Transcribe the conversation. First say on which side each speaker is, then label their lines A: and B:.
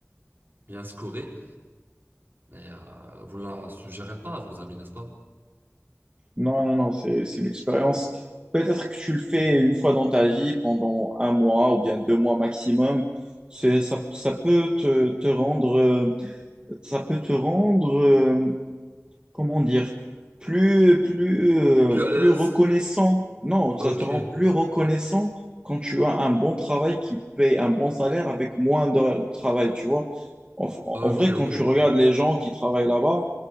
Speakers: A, on the right; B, on the right.
A: bien scoré, mais euh, vous ne la suggérez pas à vos amis, n'est-ce pas?
B: non, non, non, c'est, c'est une expérience. Peut-être que tu le fais une fois dans ta vie, pendant un mois ou bien deux mois maximum. C'est, ça, ça peut te, te rendre... euh, ça peut te rendre, euh, comment dire, plus, plus, euh,
A: Plus à l'aise?
B: plus reconnaissant. Non, ça
A: Ok,
B: te rend plus reconnaissant quand tu as un bon travail qui paye un bon salaire avec moins d'heures de travail, tu vois. En, en
A: ok,
B: vrai,
A: ok.
B: quand tu regardes les gens qui travaillent là-bas,